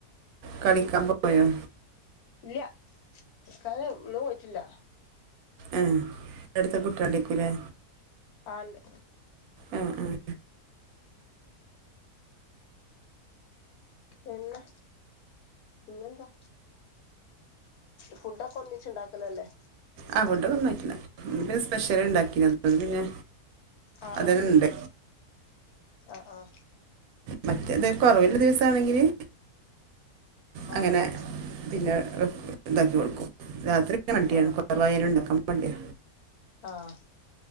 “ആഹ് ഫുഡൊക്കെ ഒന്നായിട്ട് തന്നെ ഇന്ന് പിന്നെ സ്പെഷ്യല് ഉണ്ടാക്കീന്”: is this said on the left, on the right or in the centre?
Right